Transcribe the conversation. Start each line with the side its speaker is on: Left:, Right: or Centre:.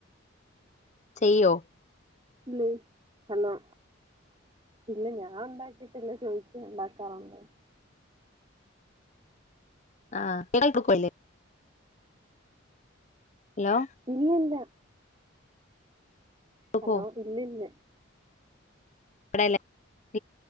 Left: ചെയ്യോ
Right: ഇല്ലേ ഹലോ ഇല്ല ഞാൻ ഒണ്ടാക്കിട്ടില്ല ചോയിച്ചയാ ഒണ്ടാക്കാറുണ്ടോന്ന്
Left: ആ <unintelligible> ഹലോ
Right: ഇല്ല ഇല്ല
Left: കൊടുക്കുവോ
Right: ഹലോ ഇല്ല ഇല്ല
Left: അവിടയല്ലേ